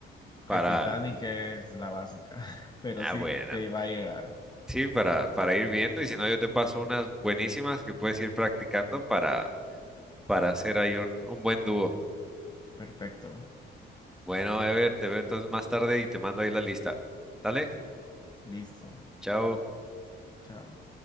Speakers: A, in the centre; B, on the left.
A: para...
B: el Titanic es la básica, <laughs> pero
A: Ah,
B: sí,
A: bueno.
B: te va a llegar.
A: Sí, para, para ir viendo y si no yo te paso unas buenísimas que puedes ir practicando para, para hacer ahí un un buen dúo.
B: Perfecto,
A: Bueno, Ever, te veo entonces más tarde y te mando ahí la lista. Dale,
B: listo,
A: chao.
B: chao.